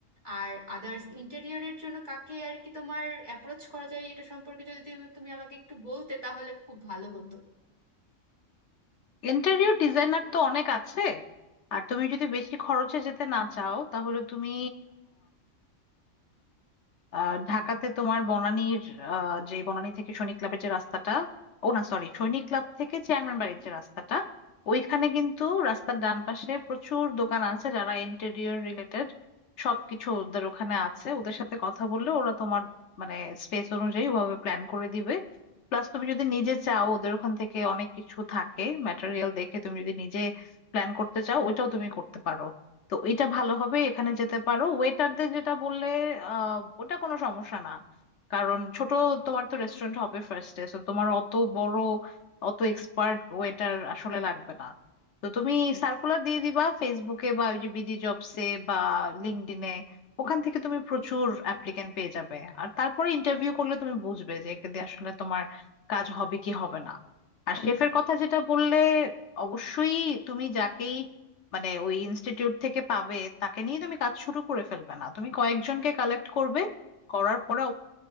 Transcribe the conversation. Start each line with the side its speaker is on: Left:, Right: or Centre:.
Right: আর আদার্স ইন্টেরিয়রের জন্য কাকে আর কি তোমার অ্যাপ্রোচ করা যায় এটা সম্পর্কে যদি তুমি তুমি আমাকে একটু বলতে তাহলে খুব ভালো হতো
Left: ইন্টেরিয়র ডিজাইনার তো অনেক আছে আর তুমি যদি বেশি খরচে যেতে না চাও তাহলে তুমি আহ ঢাকাতে তোমার বনানীর আহ, যে বনানী থেকে সৈনিক ক্লাবের যে রাস্তাটা ও না সরি সৈনিক ক্লাব থেকে চেয়ারম্যান বাড়ির যে রাস্তাটা ওইখানে কিন্তু রাস্তার ডান পাশে প্রচুর দোকান আছে যারা ইন্টেরিয়র রিলেটেড সবকিছু ওদের ওখানে আছে ওদের সাথে কথা বললে ওরা তোমার মানে স্পেস অনুযায়ী ওভাবে প্ল্যান করে দিবে প্লাস তুমি যদি নিজে চাও ওদের ওখান থেকে অনেক কিছু থাকে ম্যাটেরিয়াল দেখে তুমি যদি নিজে প্ল্যান করতে চাও ওইটাও তুমি করতে পারো তো এটা ভালো হবে এখানে যেতে পারো ওয়েটারদের যেটা বললে আহ ওটা কোনো সমস্যা না কারণ ছোট তোমার তো রেস্টুরেন্ট হবে ফার্স্টে তো তোমার অত বড় অত এক্সপার্ট ওয়েটার আসলে লাগবে না তো তুমি সার্কুলার দিয়ে দিবা ফেসবুকে বা ওই যে বিডি জবসে বা লিঙ্কডইনে ওখান থেকে তুমি প্রচুর অ্যাপ্লিক্যান্ট পেয়ে যাবে আর তারপরে ইন্টারভিউ করলে তুমি বুঝবে যে একে দিয়ে আসলে তোমার কাজ হবে কি হবে না আর শেফের কথা যেটা বললে অবশ্যই তুমি যাকেই মানে ওই ইনস্টিটিউট থেকে পাবে তাকে নিয়ে তুমি কাজ শুরু করে ফেলবে না তুমি কয়েকজনকে কালেক্ট করবে করার পরে